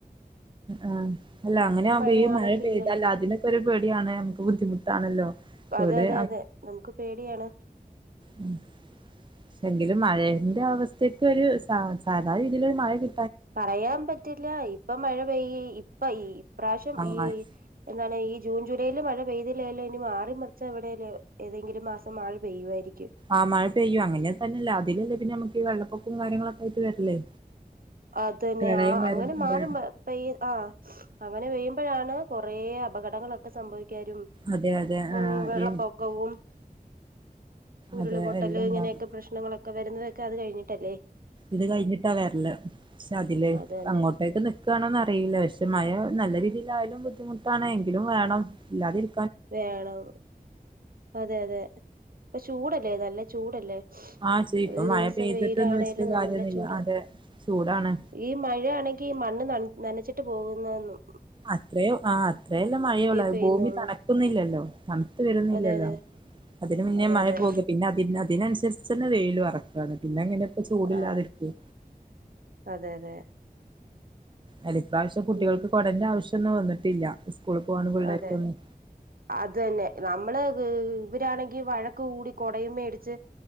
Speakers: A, on the right; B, on the right.
A: ആഹ് അല്ല അങ്ങനെയാകുമ്പോ
B: ഇപ്പൊ മഴയാണെങ്കി
A: ഈ മഴ പെയ്താല്
B: ഇല്ലല്ലോ
A: അതിനൊക്കെ ഒരു പേടിയാണ് നമുക്ക് ബുദ്ധിമുട്ടാണല്ലോ
B: അതെ
A: ഇവിടെ
B: അതെ അതെ നമുക്ക് പേടിയാണ്
A: ഉം <unintelligible> എങ്കിലും മഴന്റെ അവസ്ഥക്ക് ഒരു സാധാരണ രീതിയിൽ ഒരു മഴ കി
B: പറയാൻ പറ്റില്ല ഇപ്പൊ മഴ പെയ്യ ഇപ്പൊ ഈ പ്രാവശ്യം
A: ആഹ്
B: ഈ എന്താണ് ഈ ജൂൺ ജൂലൈല് മഴ പെയ്തില്ലേല് ഇനി മാറിമറിച്ച് എവിടേലും ഏതെങ്കിലും മാസം മഴ പെയ്യുവായിരിക്കും
A: ആ മഴ പെയ്യും അങ്ങനെ തന്നെയല്ല അതിലല്ലേ പിന്നെ നമുക്ക് ഈ വെള്ളപ്പൊക്കവും കാര്യങ്ങളൊക്കെ ആയിട്ട് വരില്ലേ
B: അതന്നെ
A: പ്രളയം
B: ആ
A: വരും
B: അങ്ങനെ മാറി
A: അതെ
B: പെയ്യും ആ അങ്ങനെ പെയ്യും അപ്പോഴാണ് കുറേ അപകടങ്ങളൊക്കെ സംഭവിക്കാനും
A: അതെ അതെ
B: ഉം
A: ആ
B: വെള്ളപ്പൊക്കവും
A: ഈ
B: ഉരുള്
A: അതെ
B: പൊട്ടല്
A: എല്ലാം ഉണ്ടാവും
B: ഇങ്ങനെയൊക്കെ പ്രശ്നങ്ങളൊക്കെ വരുന്നതൊക്കെ അത് കഴിഞ്ഞിട്ടല്ലേ
A: ഇത് കഴിഞ്ഞിട്ടാ വരല് പക്ഷെ അതില്
B: അത് തന്നെ
A: അങ്ങോട്ടേക്ക് നിക്കുവാണോന്ന് അറിയില്ല പക്ഷെ മഴ നല്ല രീതിയിലായാലും ബുദ്ധിമുട്ടാണ് എങ്കിലും വേണം ഇല്ലാതിരി
B: വേണം അതെ അതെ ഇപ്പ ചൂടല്ലേ നല്ല ചൂടല്ലേ
A: ആ ഇപ്പം
B: ഒരു ദിവസം
A: മഴ പെയ്തിട്ടൊന്ന്
B: വെയിലാണേലും
A: വെച്ചിട്ട്
B: നല്ല
A: കാര്യൊന്നുമില്ല
B: ചൂടാണ്
A: അതെ ചൂടാണ്
B: ഈ മഴയാണെങ്കി ഈ മണ്ണ് ന നനച്ചിട്ട് പോകുന്നതെന്നും
A: അത്ര ആ അത്രയല്ലേ മഴയുള്ളൂ
B: പെയ്യുന്നുള്ളൂ
A: ഭൂമി തണുക്കു ന്നില്ലല്ലോ തണുത്ത് വരുന്നില്ലല്ലോ
B: അതെ അതെ
A: അതിന് മുന്നേ
B: അതെ
A: മഴ
B: അതെ
A: പോകും പിന്നെ അതിന് അതിനനുസരിച്ച് തന്നെ വെയിലും ഇറങ്ങും അതാണ് പിന്നെ ഇങ്ങനെ ഇപ്പ ചൂടില്ലാതിരിക്കും
B: ആഹ് അതെ അതെ
A: അല ഇപ്രാവശ്യം കുട്ടികൾക്ക്
B: ഉം
A: കൊടന്റെ ആവശ്യ ഒന്നും വന്നിട്ടില്ല. സ്കൂളിൽ പോകണ പിള്ളേർക്കൊന്നും
B: അതെ. അത് തന്നെ നമ്മള് ഇവരാണെങ്കി ഈ വഴക്ക് കൂടി കൊടയും മേടിച്ച്.